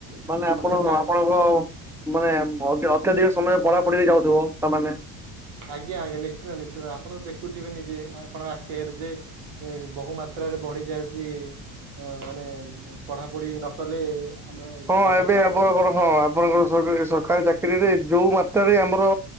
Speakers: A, in the centre; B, on the right (about 85°).
A: ମାନେ ଆପଣ
B: ତ ଜାଣି
A: ଆପଣ ହ <unintelligible> ମାନେ ଅତ୍ ଅତ୍ୟଧିକ ସମୟରେ ପଢାପଢିରେ ଯାଉଥିବ ତାମାନେ
B: ଆଜ୍ଞା ଆଜ୍ଞା ନିଶ୍ଚିନ୍ତ ନିଶ୍ଚିନ୍ତ ଆପଣ ଦେଖୁଥିବେନି ଯେ ଆପଙ୍କ ଆଖିରେ ଯେ ଏ ବହୁ ମାତ୍ରାରେ ବଢି ଯାଉଛି ହ ମାନେ ପଢାପଢି ନ କଲେ ଆମ
A: ହଁ
B: ସରକାରୀ
A: ଏବେ
B: ଚାକିରି
A: ଆପଣ କଣ ହଁ ଆପଣଙ୍କର ସରକାର ସରକାରୀ ଚାକିରିରେ ଯୋଉ ମାତ୍ରାରେ ଆମର